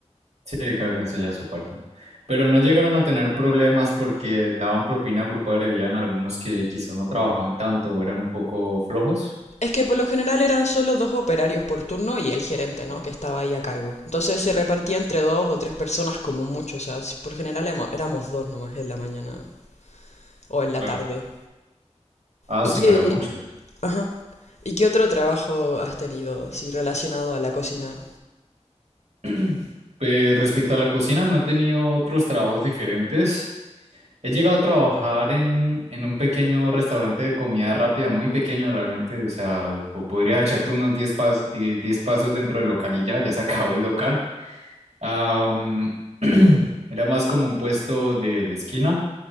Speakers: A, on the right; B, on the left.
A: Sí, cada quien se lleva su parte. Pero no llegaron a tener problemas porque daban propina grupal y habían algunos que quizás no trabajaban tanto o eran un poco flojos.
B: es que por lo general eran solo dos operarios por turno y el gerente, ¿no? Que estaba ahí a cargo. Entonces se repartía entre dos o tres personas como mucho, o sea, si- por lo general emo- éramos dos nomás en la mañana o en la
A: Claro.
B: tarde.
A: Ah,
B: ¿Y
A: sí,
B: qué,
A: no eran muchos.
B: ajá, ¿y qué otro trabajo has tenido, así relacionado a la cocina?
A: <clears throat> Pues, respecto a la cocina, no he tenido otros trabajos diferentes. He llegado a trabajar en, en un pequeño restaurante de comida rápida, muy pequeño realmente. O sea, po- podrías echarte unos diez pas- die- 10 pasos dentro del local y ya, ya se <laughs> acabó el local. Am, <clears throat> era más como un puesto de, de esquina